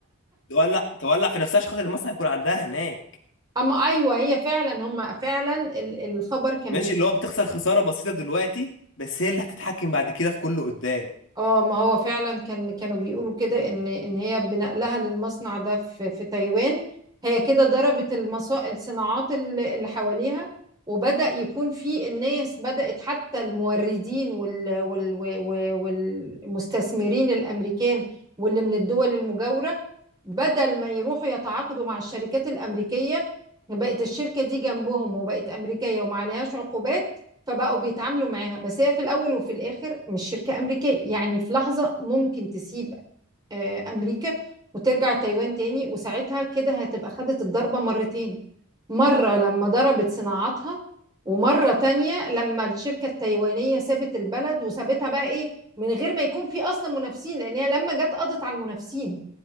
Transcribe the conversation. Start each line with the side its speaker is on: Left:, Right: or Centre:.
Left: تولع تولع في نفسها عشان خاطر المصنع يكون عندها هناك
Right: أما أيوه هي فعلا هم فعلا ال- الخبر كان
Left: ماشي اللي هو بتخسر خسارة بسيطة دلوقتي بس هي اللي هتتحكم بعد كده في كله قدام
Right: اه ما هو فعلا كان كانوا بيقولوا كده ان ان هي بنقلها للمصنع ده في في تايوان هي كده ضربت المصا الصناعات اللي اللي حواليها وبدأ يكون في الناس بدأت حتى الموردين وال وال وال- والمستثمرين الامريكان واللي من الدول المجاورة بدل ما يروحوا يتعاقدوا مع الشركات الامريكية بقت الشركة دي جنبهم وبقت امريكية وما عليهاش عقوبات فبقوا بيتعاملوا معاها بس هي في الاول وفي الاخر مش شركه امريكيه يعني في لحظه ممكن تسيب آه، امريكا وترجع تايوان تاني وساعتها كده هتبقى خدت الضربه مرتين مره لما ضربت صناعاتها ومره تانية لما الشركه التايوانيه سابت البلد وسابتها بقى ايه من غير ما يكون في اصلا منافسين لان هي لما جت قضت على المنافسين